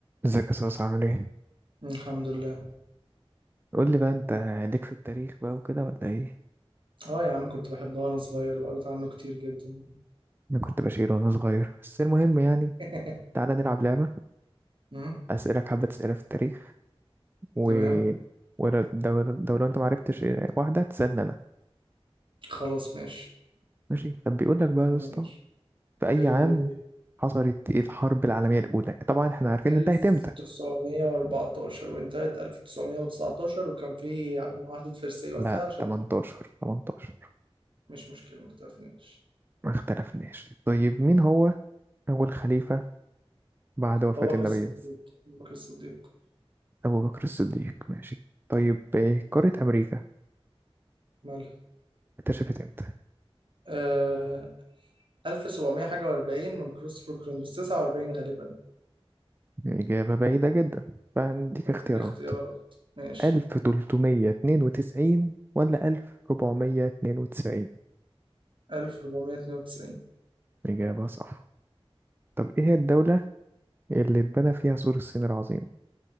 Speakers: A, on the right; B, on the right.
A: ازيك يا صاصا عامل ايه؟
B: الحمد لله
A: قول لي بقى انت ليك في التاريخ بقى وكده ولا ايه؟
B: اه يا عم كنت بحبها وانا صغير وقريت عنه كتير جدا
A: انا كنت بشير وانا صغير بس المهم يعني
B: <laughs>
A: تعالى نلعب لعبة
B: مم،
A: اسألك حبة اسئلة في التاريخ و
B: تمام
A: ولو لو لو انت معرفتش واحدة تسألني انا
B: خلاص ماشي
A: ماشي طب بيقول لك بقى
B: ماشي
A: يا اسطى في اي
B: ايوه
A: عام
B: بيقول لي
A: حصلت الحرب العالمية الأولى طبعا احنا عارفين
B: 1914
A: انتهت امتى
B: وانتهت 1919 وكان في معاهدة فرساي وقتها
A: لا
B: عشان
A: 18
B: تب-
A: 18
B: مش مشكلة ما اختلفناش
A: ما اختلفناش طيب مين هو أول خليفة بعد وفاة
B: أبو بكر
A: النبي
B: الصديق أبو بكر الصديق
A: أبو بكر الصديق ماشي طيب إيه قارة أمريكا
B: مالها
A: اكتشفت إمتى؟
B: آه 1700 حاجة و40 من كريستوفر كولومبوس 49 غالبا
A: إجابة بعيدة جدا فعندك اختيارات
B: اختيارات ماشي
A: ألف تلتمية اتنين وتسعين ولا ألف ربعمية اتنين وتسعين
B: 1492
A: إجابة صح طب إيه هي الدولة اللي اتبنى فيها سور الصين العظيم؟